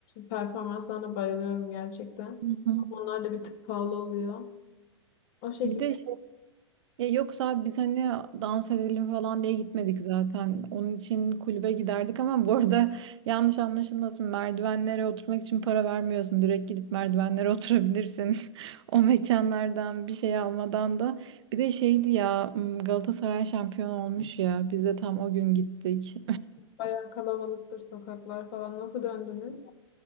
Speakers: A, on the left; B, on the right.
A: performanslarına bayılıyorum gerçekten.
B: Hı hı.
A: Ama onlar da bir tık pahalı oluyor. O şekilde
B: Bir de Ya yoksa abi biz hani dans edelim falan diye gitmedik zaten. Onun için kulübe giderdik ama bu arada <laughs> yanlış anlaşılmasın. Merdivenlere oturmak için para vermiyorsun. Direkt gidip merdivenlere <laughs> oturabilirsin. O mekanlardan bir şey almadan da. Bir de şeydi ya m, Galatasaray şampiyon olmuş ya. Biz de tam o gün gittik.
A: bayağı kalabalıktır sokaklar falan. Nasıl döndünüz?